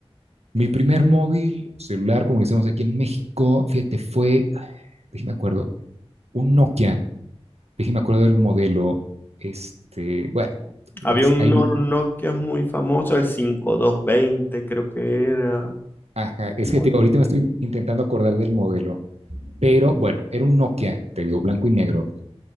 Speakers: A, on the right (about 80°); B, on the left (about 20°).
A: Mi primer móvil celular, como decimos aquí en México, fíjate, fue, déjeme acuerdo, un Nokia, déjeme acuerdo del modelo, este, bueno, es,
B: Había un
A: ahí,
B: No- Nokia muy famoso, el 5220, creo que era.
A: ajá, es
B: Muy-
A: que te, ahorita me estoy intentando acordar del modelo, pero bueno, era un Nokia, te digo, blanco y negro,